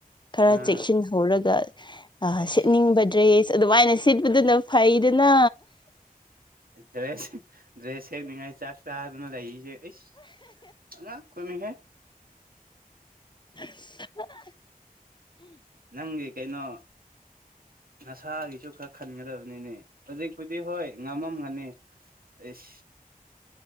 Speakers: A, on the left (about 30°); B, on the right (about 70°).
A: ꯈꯔ
B: ꯑꯥ
A: ꯆꯦꯛꯁꯤꯟꯅ ꯍꯧꯔꯒ
B: ꯑꯩꯁ
A: ꯁꯤꯠꯅꯤꯡꯕ ꯗ꯭ꯔꯦꯁ ꯑꯗꯨꯃꯥꯏꯅ ꯁꯤꯠꯄꯗꯨꯅ ꯐꯩꯗꯅ
B: ꯗ꯭ꯔꯦꯁ ꯗ꯭ꯔꯦꯁ ꯁꯦꯛꯅꯤꯡꯉꯥꯏ ꯆꯥꯛ ꯆꯥ ꯅꯪꯅ ꯂꯩꯔꯤꯁꯦ ꯑꯩꯁ ꯑꯉꯛꯄꯅꯤꯍꯦ
A: <unintelligible>
B: ꯅꯪꯒꯤ ꯀꯩꯅꯣ ꯅꯁꯥꯒꯤꯁꯨ ꯈꯔ ꯈꯟꯒ꯭ꯔꯕꯅꯤꯅꯦ ꯍꯧꯖꯤꯛꯄꯨꯗꯤ ꯍꯣꯏ ꯉꯝꯃꯝꯒꯅꯤ ꯑꯁ